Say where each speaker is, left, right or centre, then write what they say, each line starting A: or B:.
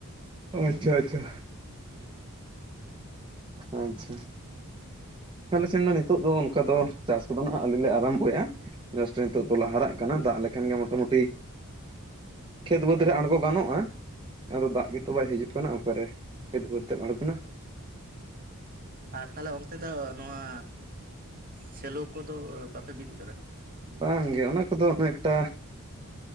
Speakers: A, on the right (about 20°); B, on the right (about 40°).
A: ᱟᱪᱪᱷᱟ ᱟᱪᱪᱷᱟ ᱟᱪᱪᱷᱟ ᱟᱞᱮ ᱥᱮᱱ ᱫᱚ ᱱᱤᱛᱚᱜ ᱫᱚ ᱚᱱᱠᱟ ᱫᱚ ᱪᱟᱥ ᱠᱚᱫᱚ ᱱᱷᱟᱜ ᱟᱹᱣᱨᱤᱞᱮ ᱟᱨᱷᱟᱢᱵᱚᱭᱟ ᱡᱟᱥᱴ ᱱᱤᱛᱚᱜ ᱫᱚᱞᱟ ᱦᱟᱨᱟᱜ ᱠᱟᱱᱟ ᱫᱟᱜ ᱞᱮᱠᱷᱟᱱ ᱜᱮ ᱢᱚᱴᱟᱢᱩᱴᱤ ᱠᱷᱮᱛ ᱵᱟᱹᱫᱽ ᱨᱮ ᱟᱬᱜᱚ ᱜᱟᱱᱚᱜᱼᱟ ᱟᱫᱚ ᱫᱟᱜ ᱜᱮ ᱛᱚ ᱵᱟᱭ ᱦᱤᱡᱩᱜ ᱠᱟᱱᱟ ᱚᱠᱟ ᱨᱮ ᱠᱷᱮᱛ ᱵᱟᱹᱫᱽ ᱛᱮᱢ ᱟᱬᱜᱚᱱᱟ
B: ᱟᱨ ᱛᱟᱦᱚᱞᱮ ᱚᱱᱛᱮ ᱫᱚ ᱱᱚᱣᱟ ᱥᱮᱞᱳ ᱠᱚᱫᱚ ᱵᱟᱯᱮ ᱵᱤᱫ ᱟᱠᱟᱫᱟ
A: ᱵᱟᱝᱜᱮ ᱚᱱᱟ ᱠᱚᱫᱚ <unintelligible>